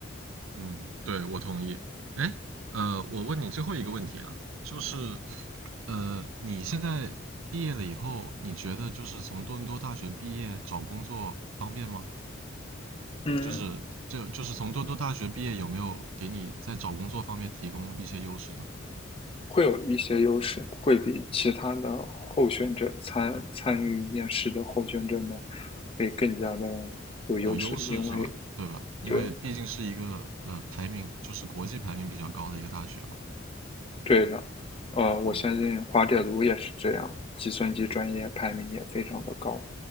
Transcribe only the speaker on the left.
嗯，
会有一些优势，会比其他的候选者参参与面试的候选者们会更加的有优势，
因为
对对的，呃，我相信滑铁卢也是这样，
计算机专业排名也非常的高，